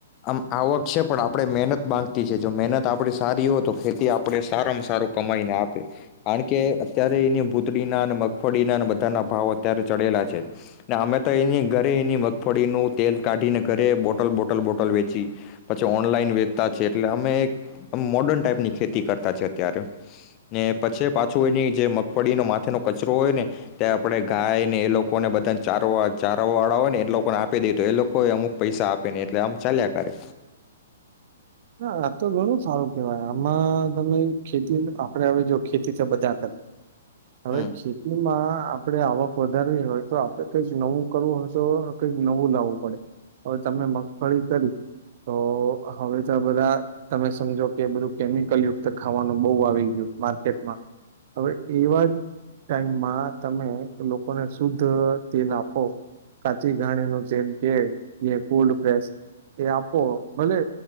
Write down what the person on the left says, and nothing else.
આમ આવક છે, પણ આપણે મહેનત માંગતી છે જો મહેનત આપડી સારી હોય, તો ખેતી આપણે સારામાં સારું કમાઈને આપે, કારણકે અત્યારે એની ભૂતડીના અને મગફળીના અને બધાના ભાવ અત્યારે ચડેલા છે ને અમે તો એની ઘરે એની મગફળીનું તેલ કાઢીને ઘરે બોટલ બોટલ બોટલ વેચી, પછી ઓનલાઈન વેચતા છે એટલે અમે મોર્ડન ટાઈપની ખેતી કરતા છે અત્યારે, ને પછી પાછું એની જે મગફળીનો માથેનો કચરો હોય ને ત્યાં ગાય ને એ લોકોને બધાને ચારો ચારો વાળા હોય ને એ લોકો ને આપી દે તો, એ લોકો એ અમુક પૈસા આપે ને એટલે આમ ચાલ્યા કરે.
હમ